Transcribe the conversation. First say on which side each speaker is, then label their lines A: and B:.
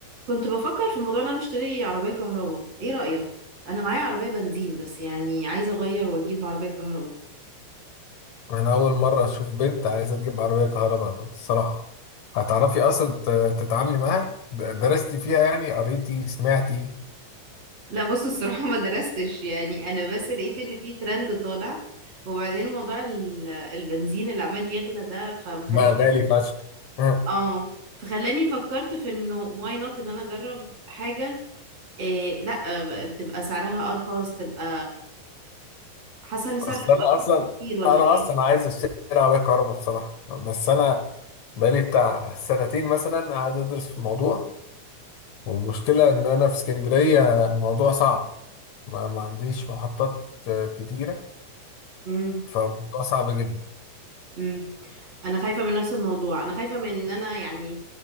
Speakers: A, on the right; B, on the left.
A: كنت بفكر في موضوع ان انا اشتري عربية كهرباء ايه رأيك انا معايا عربية بنزين بس يعني عايزة اغير واجيب عربية كهرباء
B: انا اول مره اشوف بنت عايزه تجيب عربيه كهرباء الصراحه هتعرفي اصلا ت- تتعاملي معاها د- درستي فيها يعني قريتي سمعتي
A: لا بص الصراحة ما درستش يعني انا بس لقيت ان في ترند طالع وبعدين موضوع ال- البنزين اللي عمال يغلى ده فمخلي
B: بقى غالي فشخ أه.
A: اه فخلاني فكرت في انه واي نوت ان انا اجرب حاجة إيه لا آه، تبقى سعرها ارخص تبقى حاسة ان سعرها
B: اصل
A: هيبقى
B: انا اصلا
A: ارخص كتير ولا
B: انا
A: ايه
B: اصلا عايز اشتري عربيه كهرباء بصراحه بس انا بقالي بتاع سنتين مثلا قاعد ادرس في الموضوع والمشكله ان انا في اسكندريه الموضوع صعب ما, ما عنديش محطات آه، كتيره
A: مم.
B: فالموضوع صعب جدا
A: امم انا خايفه من نفس الموضوع انا خايفه من ان انا يعني